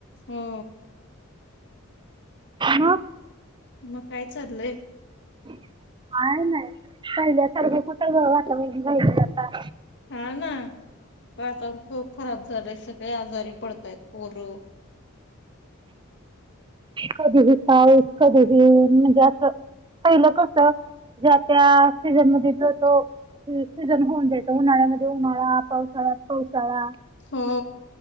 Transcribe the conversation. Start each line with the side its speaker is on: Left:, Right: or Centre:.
Left: हो.
Right: मग
Left: म काय चाललंय?
Right: काय नाय पहिल्यासारख कुठं ग वातावरण राहिलंय आता.
Left: हा ना वातावरण खूप खराब झालंय सग ळी आजारी पडताय पोरं.
Right: कधीही पाऊस कधीही म्हणजे असं पहिलं कस ज्या त्या सीझनमधी जो तो सीझन होऊन जायचा उन्हाळ्यामध्ये उन्हाळा पावसाळ्यात पावसाळा
Left: हो